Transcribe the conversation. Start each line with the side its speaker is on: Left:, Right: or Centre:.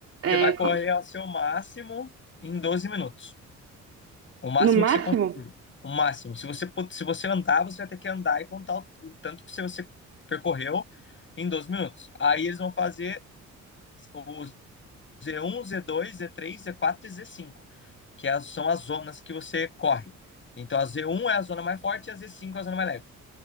Left: Você
Right: é,
Left: vai correr
Right: co-
Left: ao seu máximo em 12 minutos. O máximo
Right: no máximo?
Left: que você consegue, o máximo. Se você se você andar, você vai ter que andar e contar o, o tanto que você percorreu em 12 minutos. Aí eles vão fazer o z um, z dois, z três, z quatro e z cinco. que as, são as zonas que você corre. Então a Z1 é a zona mais forte e a Z5 é a zona mais leve.